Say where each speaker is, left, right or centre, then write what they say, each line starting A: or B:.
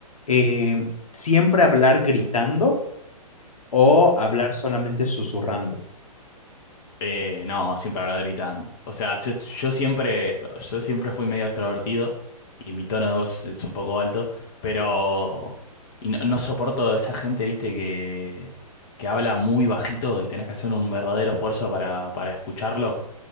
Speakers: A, on the left (about 65°); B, on the left (about 40°).
A: Eh, ¿siempre hablar gritando o hablar solamente susurrando?
B: Eh, no, siempre hablaba gritando. O sea, yo, yo siempre, yo siempre fui medio extrovertido y mi tono de voz es un poco alto, pero y no, no soporto esa gente, viste, que, que habla muy bajito y tenés que hacer un verdadero esfuerzo para, para escucharlo.